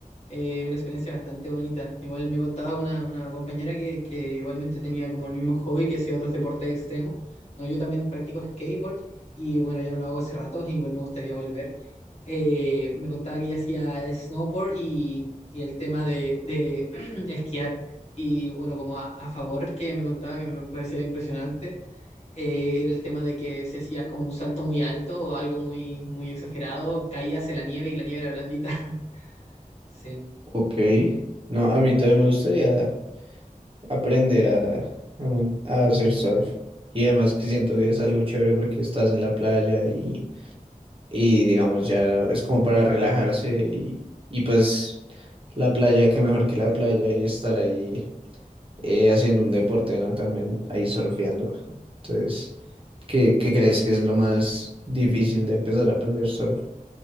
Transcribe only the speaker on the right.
Ok. No, a mí también me gustaría aprender a, a mon- a hacer surf. Y además que siento que es algo chévere porque estás en la playa y, y digamos ya es como para relajarse y, y pues la playa, qué mejor que la playa y estar ahí eh, haciendo un deporte, ¿no? También ahí surfeando. Entonces, ¿qué, qué crees que es lo más difícil de empezar a aprender surf?